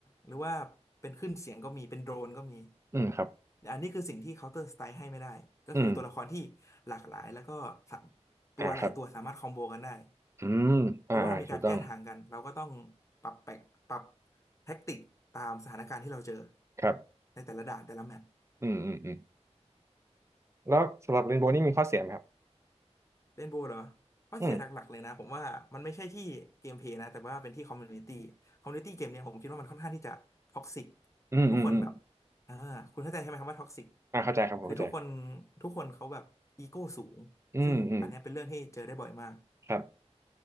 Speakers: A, on the left; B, on the right.
A: หรือว่าเป็นขึ้นเสียงก็มีเป็นโดรนก็มี
B: อืมครับ
A: อันนี้คือสิ่งที่เคาน์เตอร์สไตล์ให้ไม่ได้ก็คือตัวละครที่หลากหลายแล้วก็สา
B: อืม
A: ตัวหลายตัวสามารถคอมโบกันได้
B: อ่าครับอืมอ่าอ่าถูกต้อง
A: หรือว่ามีการแก้ทางกันเราก็ต้องปรับแปลกปรับแท็กติกตามสถานการณ์ที่เราเจอ
B: ครับ
A: ในแต่ละด่านแต่ละแมป
B: อืมอืมอืม แล้วสำหรับเรนโบว์นี่มีข้อเสียไหมครับ
A: เล่นโบว์เหรอข้อเสียหลักๆเลยนะผมว่ามันไม่ใช่ที่เกมเพลย์นะแต่ว่าเป็นที่คอมมูนิตี้คอมมูนิตี้เกมเนี่ยผมคิดว่ามันค่อนข้างที่จะท็อกซิก
B: อืมอืมอืมอืม
A: ทุกคนแบบอ่าคุณเข้าใจใช่ไหมครับว่าท็อกซิก
B: อ่าเข้าใจครับผมเข้าใจ
A: คือทุกคนทุกคนเขาแบบอีโก้สูงซึ่งอันเนี้ยเป็นเรื่องที่เจอได้บ่อยมาก
B: อืมอืมครับ